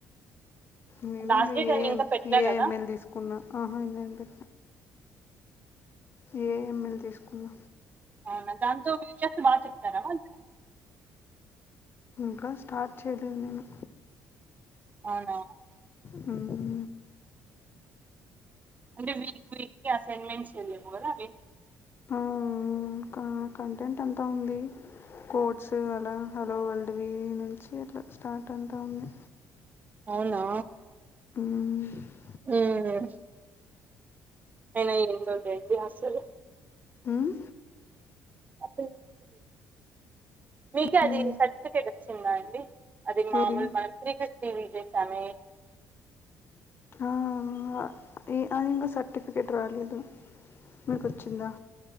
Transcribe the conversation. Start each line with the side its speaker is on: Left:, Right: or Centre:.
Left: మేము
Right: లాస్ట్
Left: ఇంగా
Right: డేట్ అని
Left: ఏం
Right: ఇంకా పెట్టలే
Left: ఏఐఎమ్ఎల్
Right: కదా
Left: తీసుకున్నా ఆహా లేదు. ఎఐఎంఎల్ తీసుకున్న.
Right: అవునా దాంతో వీరియస్ బాగ చెప్తారా వాళ్ళు
Left: ఇంకా స్టార్ట్ చేయలేదు నేను
Right: అవునా
Left: మ్మ్
Right: అంటే వీక్ వీక్ కి అసైన్మెంట్స్ ఇయల్లేమో కదా అవి
Left: ఆ ఇంకా కంటెంట్ అంతా ఉంది. కోడ్స్ అలా హలో వల్డ్ వి నుంచి అట్లా స్టార్ట్ అంటా ఉంది
Right: అవునా
Left: హుమ్
Right: హుమ్ అయిన ఎందుంటేవి అసలు
Left: ఉమ్
Right: <inaudible> మీకే
Left: మ్మ్.
Right: అది సర్టిఫికేట్ వచ్చిందా అండి అది మామూల్
Left: ఏది
Right: మంత్రి వి రివెల్ జేసమే
Left: ఆహ్ అ ఇంకా సర్టిఫికెట్ రాలేదు మీకోచ్చిందా